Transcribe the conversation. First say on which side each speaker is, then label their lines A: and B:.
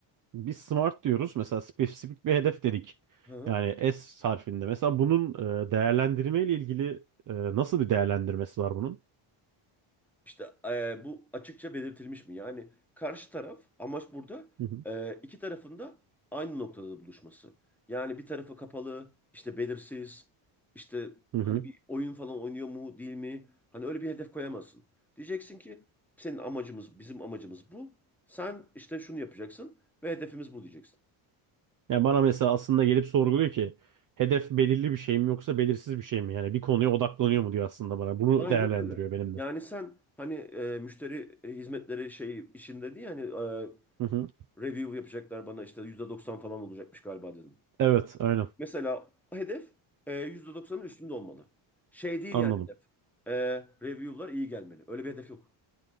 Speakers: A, on the right; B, in the centre.
A: biz smart diyoruz. Mesela spesifik bir hedef dedik.
B: Hı hı.
A: Yani S harfinde. Mesela bunun e, değerlendirme ile ilgili e, nasıl bir değerlendirmesi var bunun?
B: İşte e, bu açıkça belirtilmiş mi? Yani karşı taraf amaç burada
A: Hı hı.
B: e, iki tarafın da aynı noktada buluşması. Yani bir tarafı kapalı, işte belirsiz, işte
A: Hı
B: hani
A: hı.
B: bir oyun falan oynuyor mu değil mi? Hani öyle bir hedef koyamazsın. Diyeceksin ki senin amacımız, bizim amacımız bu. Sen işte şunu yapacaksın ve hedefimiz bu diyeceksin.
A: Yani bana mesela aslında gelip sorguluyor ki hedef belirli bir şey mi yoksa belirsiz bir şey mi? Yani bir konuya odaklanıyor mu diyor aslında bana. Bunu
B: Aynen
A: değerlendiriyor
B: öyle.
A: benimle.
B: Yani sen hani e, müşteri hizmetleri şey işinde diye hani e,
A: Hı hı.
B: review yapacaklar bana işte %90 falan olacakmış galiba dedim.
A: Evet, aynen.
B: Mesela o hedef e, yüzde doksanın üstünde olmalı. Şey değil
A: Anladım.
B: yani hedef. E, review'lar iyi gelmeli. Öyle bir hedef yok.